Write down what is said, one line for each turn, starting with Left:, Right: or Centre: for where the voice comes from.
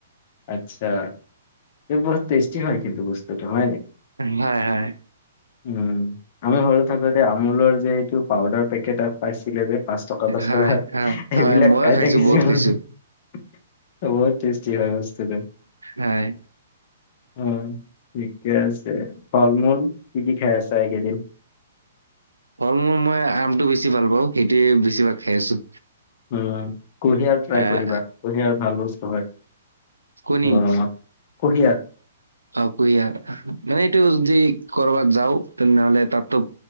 Left: আচ্ছা বহুত টেষ্টি হয় কিন্তু বস্তুটো হয় নে?
Right: হয় হয়।
Left: উম, আমি সৰু থাকোতে আমুলৰ যে এইটো পাউদাৰ পেকেট পাইছিলে যে পাঁচ টকা দশ
Right: হয়,
Left: টকা
Right: হয়, হয়
Left: এইবিলাক
Right: ময়ো
Left: খাই
Right: খাইছোঁ
Left: থাকিছিল
Right: বহুত খাইছোঁ।
Left: বহুত টেষ্টি হয় বস্তুটো।
Right: হয়,
Left: অ', ঠিকে আছে ফল মূল কি কি খাই আছা এইকেইদিন?
Right: ফল মূল মই আমটো বেছি ভাল পাওঁ সেইটোৱে বেছিভাগ খাই আছোঁ।
Left: উম, কুঁহিয়াৰ ট্ৰাই
Right: আহ,
Left: কৰিবা, কুঁহিয়াৰ ভাল বস্তু হয়
Right: কণী
Left: গৰমত। কুঁহিয়াৰ
Right: অ', কুঁহিয়াৰ মানে এইটো যদি ক'ৰবাত য়াও তেনেহলে তাততো